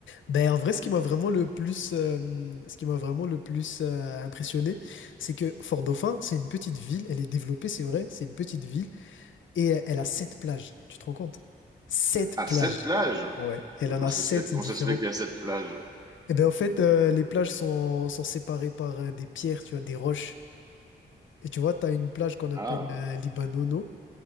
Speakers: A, on the left (about 75°); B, on the right (about 20°).
A: Ben, en vrai, ce qui m'a vraiment le plus, euh, ce qui m'a vraiment le plus euh, impressionné, c'est que Fort Dauphin, c'est une petite ville. Elle est développée, c'est vrai, c'est une petite ville. Et elle elle a sept plages, tu te rends compte? Sept
B: Ah,
A: plages.
B: cette plage.
A: Ouais, elle
B: Comment
A: en a
B: ça
A: sept
B: se fait, comment
A: différentes.
B: ça se fait qu'il y a cette plage?
A: Et ben en fait, euh, les plages sont, sont séparées par euh, des pierres, tu vois, des roches. Et tu vois, tu as une plage qu'on appelle
B: Ah,
A: euh, Libanono